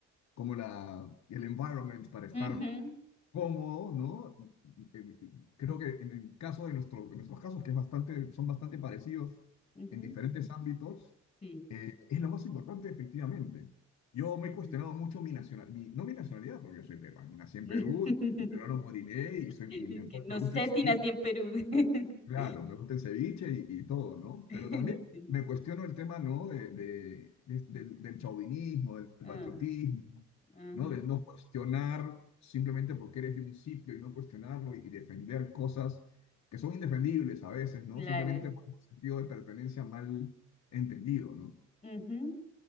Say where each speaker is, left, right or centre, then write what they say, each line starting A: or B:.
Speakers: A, on the left; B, on the left.
A: como la, el environment para estar
B: Ujú.
A: cómodo, ¿no? Eh, Creo que en el caso de nuestro, en nuestros casos, que es bastante, son bastante parecidos
B: Ujú.
A: en diferentes ámbitos,
B: Sí.
A: eh, es lo más importante, efectivamente. Yo
B: Sí.
A: me he cuestionado mucho mi nacionalidad, mi, no mi nacionalidad, porque yo soy peruano, nací en
B: <laughs>
A: Perú, y peruano moriré y, soy,
B: Es
A: y me,
B: que no
A: me gusta
B: sé
A: ese
B: si nací en Perú. <laughs>
A: Claro, me gusta el ceviche y, y todo, ¿no?
B: Sí.
A: Pero también me cuestiono el tema, ¿no? De, de- de- del, del chauvinismo, del patriotismo,
B: Ah, ujú.
A: ¿no? Del no cuestionar simplemente porque eres de un sitio y no cuestionarlo y, y defender cosas que son indefendibles a veces, ¿no?
B: Claro.
A: Simplemente por un sentido de pertenencia mal entendido, ¿no?
B: Ujú.